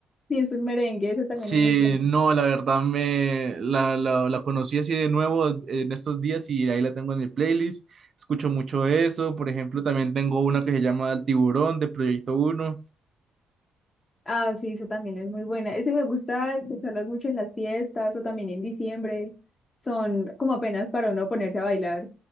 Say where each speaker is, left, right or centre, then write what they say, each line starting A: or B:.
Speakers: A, on the left; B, on the right.
A: sí, es un merengue, eso también
B: Sí,
A: es muy bueno.
B: no, la verdad me la, la, la conocí así de nuevo en estos días y ahí la tengo en mi playlist. Escucho mucho eso, por ejemplo, también tengo una que se llama El Tiburón de Proyecto uno
A: Ah, sí, eso también es muy buena. Ese me gusta escucharlas mucho en las fiestas o también en diciembre. Son como apenas para uno ponerse a bailar.